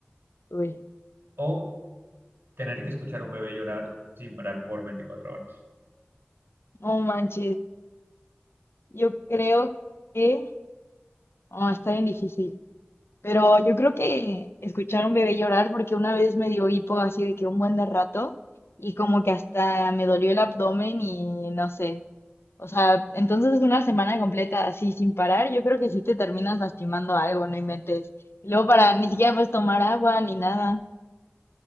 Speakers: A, on the left (about 75°); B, on the right (about 60°).
A: Uy,
B: o tener que escuchar a un bebé llorar sin parar por 24 horas?
A: no manches. Yo creo que... Oh, está bien difícil. Pero yo creo que escuchar a un bebé llorar, porque una vez me dio hipo así de que un buen de rato y como que hasta me dolió el abdomen y no sé. O sea, entonces una semana completa así sin parar, yo creo que sí te terminas lastimando algo, no inventes. Y luego para ni siquiera puedes tomar agua ni nada.